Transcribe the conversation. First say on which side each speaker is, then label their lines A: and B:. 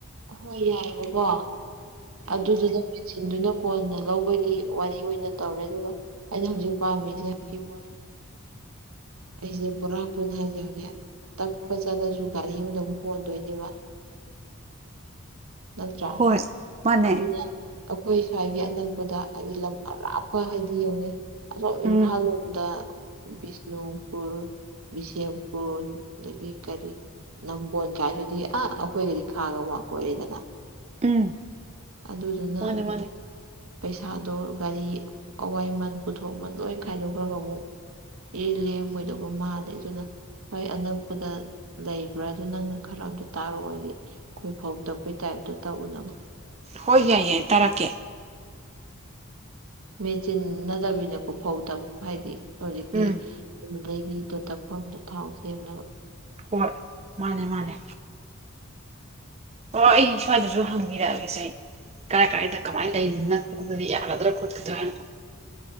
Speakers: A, on the right; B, on the right.
A: ꯍꯣꯏ ꯌꯥꯏꯑꯕꯀꯣ ꯑꯗꯨꯗꯨꯗ ꯆꯤꯟꯗꯨꯅ ꯀꯣꯟꯅ ꯂꯧꯕꯒꯤ ꯋꯥꯔꯤ ꯑꯣꯏꯅ ꯇꯧꯔꯦ ꯑꯗꯨꯒ ꯑꯩꯅ ꯍꯧꯖꯤꯛ ꯄꯥꯝꯃꯤꯁꯦ ꯕꯣꯔꯥ <unintelligible> ꯑꯩꯁꯦ ꯕꯣꯔꯥ ꯀꯨꯟ ꯍꯥꯏꯖꯕꯅꯦ ꯇꯛꯄ ꯆꯠꯂꯁꯨ ꯒꯥꯔꯤ ꯑꯃꯗꯃꯨꯛ ꯍꯣꯟꯗꯣꯏꯅꯦꯕ꯫ ꯅꯠꯇ꯭ꯔꯥ
B: ꯍꯣꯏ ꯃꯥꯅꯦ
A: ꯑꯗꯨꯅ ꯑꯩꯈꯣꯏ ꯁ꯭ꯋꯥꯏꯒꯤ ꯑꯅꯛꯄꯗ ꯍꯥꯏꯗꯤ ꯂꯝ ꯑꯔꯥꯞꯄ ꯍꯥꯏꯗꯤ ꯌꯦꯡꯉꯨꯅꯦ꯫ ꯑꯁꯣꯝ ꯏꯝꯐꯥꯜ
B: ꯎꯝ
A: ꯂꯣꯝꯗ ꯕꯤꯁꯅꯨꯄꯨꯔ ꯕꯤꯁꯦꯝꯄꯨꯔ ꯑꯗꯒꯤ ꯀꯔꯤ ꯅꯝꯕꯣꯟ ꯀꯥꯏꯗꯨꯗꯤ ꯑ ꯑꯩꯈꯣꯏꯒꯗꯤ ꯈꯥꯒ ꯋꯥ ꯑꯣꯏꯔꯦꯗꯅ꯫
B: ꯎꯝ
A: ꯑꯗꯨꯗꯨꯅ
B: ꯃꯥꯅꯦ ꯃꯥꯅꯦ
A: ꯄꯩꯁꯥꯗꯣ ꯒꯥꯔꯤ ꯑꯋꯥꯏꯃꯟ ꯄꯨꯊꯣꯛꯃꯟ ꯂꯣꯏ ꯈꯥꯏꯗꯣꯛꯈ꯭ꯔꯒ ꯑꯃꯨꯛ ꯑꯦ ꯂꯦꯡꯉꯣꯏꯗꯧꯕ ꯃꯥꯜꯂꯦ ꯑꯗꯨꯅ ꯍꯣꯏ ꯑꯅꯛꯄꯗ ꯂꯩꯕ꯭ꯔꯥ ꯑꯗꯨ ꯅꯪꯅ ꯈꯔ ꯑꯝꯇ ꯇꯥꯔꯛꯑꯣ ꯍꯥꯏꯗꯤ ꯑꯩꯈꯣꯏ ꯐꯧ ꯇꯛꯄꯩ ꯇꯥꯏꯞꯇ ꯇꯛꯎꯅꯕ
B: ꯍꯣꯏ ꯌꯥꯏ ꯌꯥꯏ ꯇꯥꯔꯛꯀꯦ
A: ꯃꯦꯆꯤꯟꯅꯗꯕꯤꯅꯀꯣ ꯐꯧ ꯇꯛꯄ ꯍꯥꯏꯗꯤ ꯍꯧꯖꯤꯛꯀꯤ
B: ꯎꯝ
A: ꯑꯗꯨꯒꯤꯗꯣ ꯇꯛꯐꯝꯗꯣ ꯊꯥꯎ ꯁꯦꯝꯅꯕ
B: ꯍꯣꯏ ꯃꯥꯅꯦ ꯃꯥꯅꯦ ꯑꯣ ꯑꯩ ꯁ꯭ꯋꯥꯏꯗꯁꯨ ꯍꯪꯕꯤꯔꯛꯑꯒꯦꯁꯦ ꯑꯩ ꯀꯥꯏ ꯀꯥꯏꯗ ꯀꯃꯥꯏ ꯂꯩꯔꯤ ꯅꯪ ꯀꯗꯤ ꯌꯥꯔꯗ꯭ꯔ ꯈꯣꯠꯀꯇ꯭ꯔꯥꯅ